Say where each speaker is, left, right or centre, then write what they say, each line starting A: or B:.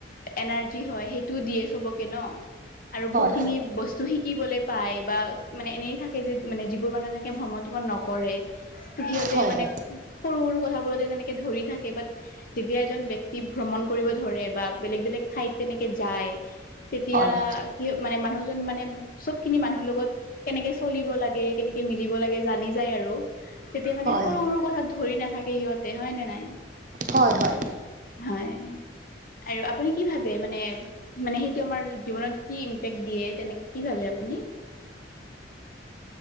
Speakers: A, on the left; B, on the right.
A: এনাৰ্জি হয় সেইটো দিয়ে চাবকে ন আৰু
B: হয়
A: বহুখিনি বস্তু শিকিবলৈ পায় বা মানে এনেই থাকে যে মানে যিবোৰ মানুহে তেনেকে ভ্ৰমণ শ্ৰমণ নকৰে সিহঁতে
B: হয় হয় হয়
A: মানে সৰু সৰু কথা বোৰতে তেনেকে ধৰি থাকে বাট যেতিয়া এজন ব্যক্তি ভ্ৰমণ কৰিব ধৰে বা বেলেগ বেলেগ ঠাইত তেনেকে যায়। তেতিয়া
B: হয় হয়
A: সি মানে মানুহজন মানে চবখিনি মানুহৰ লগত কেনেকে চলিব লাগে কেনেকে মিলিব লাগে জানি যায় আৰু। তেতিয়া মানে
B: হয়
A: সৰু
B: হয়
A: সৰু কথাত ধৰি নাথাকে সিহঁতে হয় নে নাই।
B: হয় হয়।
A: হয় আৰু আপুনি কি ভাবে মানে মানে সেইটো আমাৰ জীৱনত। কি ইম্পেক্ট দিয়ে তেনেকৈ কি ভাবে আপুনি।